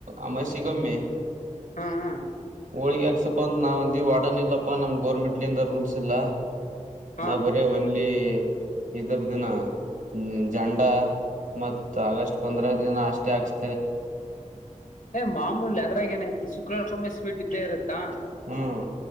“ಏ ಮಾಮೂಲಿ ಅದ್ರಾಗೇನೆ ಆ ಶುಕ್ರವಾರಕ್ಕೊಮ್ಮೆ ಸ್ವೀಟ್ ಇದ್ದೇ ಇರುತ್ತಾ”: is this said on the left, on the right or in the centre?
Left